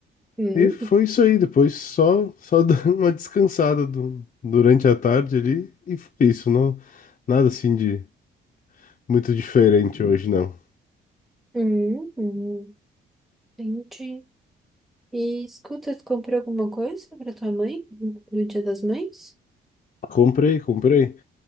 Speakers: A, in the centre; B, on the left (about 40°).
A: hum,
B: E foi isso aí, depois só só <laughs> dando uma descansada du- durante a tarde ali e foi isso, não nada assim de muito diferente hoje não.
A: hum, hum. Entendi. E escuta, tu comprou alguma coisa pra tua mãe no Dia das Mães?
B: Comprei, comprei.